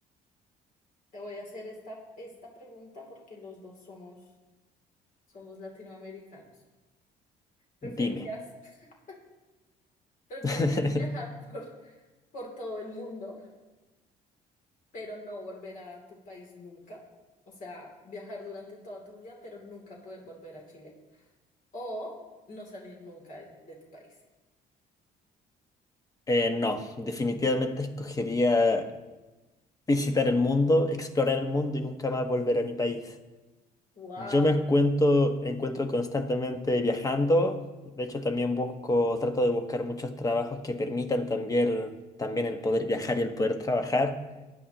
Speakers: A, on the left; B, on the left.
A: te voy a hacer esta, esta pregunta porque los dos somos, somos latinoamericanos. ¿Preferirías,
B: Dime.
A: <laughs> preferirías
B: <laughs>
A: viajar por, por todo el mundo? pero no volver a tu país nunca. O sea, viajar durante toda tu vida, pero nunca poder volver a Chile. O no salir nunca de, de tu país.
B: Eh, no, definitivamente escogería visitar el mundo, explorar el mundo y nunca más volver a mi país.
A: Wow,
B: Yo me encuentro, encuentro constantemente viajando. De hecho, también busco, trato de buscar muchos trabajos que permitan también, también el poder viajar y el poder trabajar.